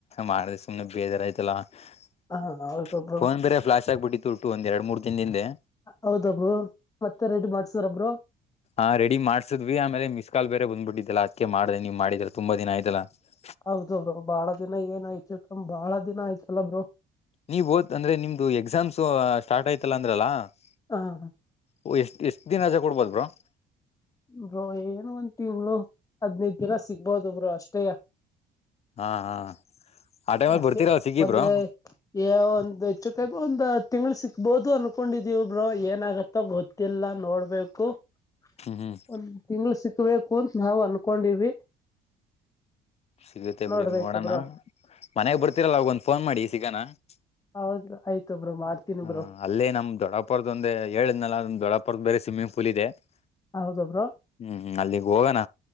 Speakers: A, on the left (about 40°); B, on the left (about 20°).
A: ಮಾಡದರ ಸುಮ್ನೆ ಬೇಜಾರ ಆಯ್ತಲ್ಲಾ? <unintelligible>
B: ಹ ಹೌದು ಬ್ರೋ
A: ಫೋನ್ ಬೇರೆ ಫ್ಲಾಶ್ ಆಗ್ಬಿಟ್ಟಿತ್ತು ಉಟು ಒಂದ್ ಎರಡ್ ಮೂರ್ ದಿನದ ಹಿಂದೆ. <unintelligible>
B: ಹೌದ ಬ್ರೋ ಮತ್ತೆ ರೆಡೀ ಮಾಡ್ಸಿದ್ರ ಬ್ರೋ? <unintelligible>
A: ಆ ರೆಡಿ ಮಾಡ್ಸದ್ವಿ ಆಮೇಲೆ ಮಿಸ್ ಕಾಲ್ ಬೇರೆ ಬಂದ್ಬಿಟ್ಟಿತ ಅದಕ್ಕೆ, <unintelligible> ಇಲ್ಲ ಅದಕ್ಕೆ ಮಾಡಿದೆ ನೀವ ಮಾಡಿದ್ರೆ ತುಂಬಾ ದಿನ ಆಯ್ತಲ? <unintelligible>
B: ಹೌದು ಬ್ರೋ ಬಾಳ ದಿನ ಏನಯ್ತು ಬಾಳ ದಿನ ಆಯ್ತಲ ಬ್ರೋ? <unintelligible>
A: ನೀವ್ ಓದ್ ಅಂದ್ರೆ ನಿಮ್ದು ಎಕ್ಸಾಮ್ಸ್ ಸ್ಟಾರ್ಟ್ ಆಯ್ತಲ್ಲ ಅಂದ್ರಲ್ಲಾ? <unintelligible>
B: ಹಾ <unintelligible>
A: ಓ ಎಷ್ಟ ಎಷ್ಟ ದಿನ ರಜ ಕೊಡ್ಬೋದ ಬ್ರೋ? <unintelligible>
B: ಬ್ರೋ ಏನು ಒಂದ ತಿಂಗಳು ಹದ್ನೈದು ದಿನ ಸಿಗ್ಬೋದು ಬ್ರೋ ಅಷ್ಟೇಯಾ? <unintelligible>
A: ಹಾ ಹಾ <unintelligible>
B: ಅಷ್ಟೇ
A: ಬರ್ತೀರಲ್ಲ ಸಿಗಿ
B: ಒಂದ
A: ಬ್ರೋ
B: ಯ ಹೆಚ್ಚುಕಮ್ಮಿ ಒಂದ್ ಹತ್ತ ತಿಂಗಳ ಸಿಕ್ <unintelligible> ಬೋದು ಅನ್ಕೊಂಡಿದೀವಿ ಬ್ರೋ ಏನಾಗತ್ತೋ ಗೊತ್ತಿಲ್ಲ ನೋಡ್ಬೇಕು. <unintelligible>
A: ಹ್ಮ್ ಹ್ಮ್
B: ಒಂದ್ ತಿಂಗಳ ಸಿಕ್ಬೇಕು ಅಂತ ನಾವು ಅನ್ಕೊಂಡಿವಿ. <unintelligible>
A: ಸಿಗುತ್ತೆ
B: ನೋಡ್ಬೇಕು
A: ಬಿಡಿ ನೋಡೋಣ?
B: ಬ್ರೋ
A: <unintelligible> ಮನೆಗ ಬರ್ತಿರಲ್ಲ ಅವಾಗ ಒಂದ ಫೋನ್ ಮಾಡಿ ಸಿಗಾನ. <unintelligible>
B: ಹೌದು ಆಯ್ತು ಬ್ರೋ ಮಾಡ್ತೀನಿ
A: ಹ
B: ಬ್ರೋ
A: ಅಲ್ಲೇ ನಮ್ಮ ದೊಡ್ಡಪ್ಪರದ ಒಂದ ಹೇಳಿದ್ನಲ್ಲ ನಮ್ಮ ದೊಡ್ಡಪ್ಪರದ ಬೇರೆ ಸ್ವಿಮ್ಮಿಂಗ್ ಪೂಲ್ ಇದೆ. <unintelligible>
B: ಹೌದು ಬ್ರೋ
A: ಹ್ಮ್ ಅಲ್ಲಿಗ್ ಹೋಗೋಣ